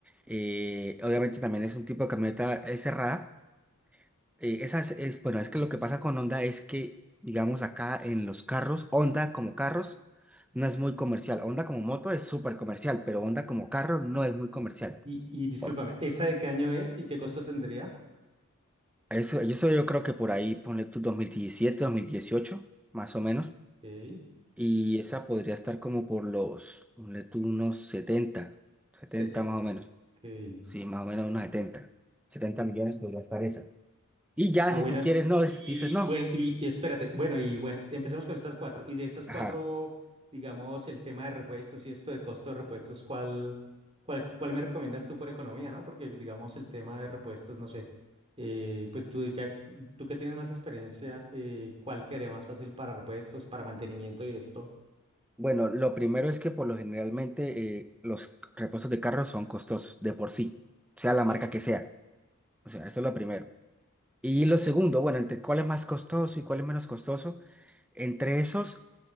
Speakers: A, in the centre; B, on the right (about 25°).
A: eh, obviamente también es un tipo de camioneta eh, cerrada. Eh, esa es, es- bueno, es que lo que pasa con Honda es que, digamos, acá en los carros, Honda como carros no es muy comercial. Honda como moto es súper comercial, pero Honda como carro no es muy comercial.
B: Y, y discúlpame,
A: O-
B: ¿esa de qué año es y qué costo tendría?
A: Eso, eso yo creo que por ahí, ponle tú 2017, 2018, más o menos.
B: Ok,
A: Y esa podría estar como por los, ponle tú, unos 70 70
B: 70.
A: más o menos.
B: Ok.
A: Sí, más o menos unos 70 70 millones podría estar esa. Y ya,
B: Ah,
A: si
B: bueno,
A: tú quieres, no,
B: y
A: dices no.
B: bueno, y y espérate, bueno, y bueno, empecemos con estas cuatro. Y de estas
A: Ajá.
B: cuatro, digamos, el tema de repuestos y esto de costo de repuestos, ¿cuál, cuál, cuál me recomiendas tú por economía, no? Porque, digamos, el tema de repuestos, no sé, eh, pues tú ya, tú que tienes más experiencia, eh, ¿cuál quedaría más fácil para repuestos, para mantenimiento y esto?
A: Bueno, lo primero es que por lo generalmente eh, los repuestos de carros son costosos de por sí, sea
B: Sí.
A: la marca que sea. O sea, eso es lo primero. Y lo segundo, bueno, entre cuál es más costoso y cuál es menos costoso, entre esos,